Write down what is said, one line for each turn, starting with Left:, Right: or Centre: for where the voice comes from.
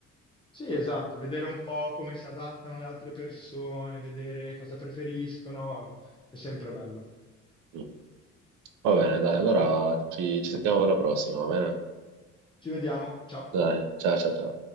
Left: Sì, esatto, vedere un po' come si adattano le altre persone, vedere cosa preferiscono, è sempre bello.
Right: Mm. Va bene, dai, allora ci, ci sentiamo per la prossima, va bene?
Left: Ci vediamo, ciao.
Right: Dai, ciao, ciao, ciao.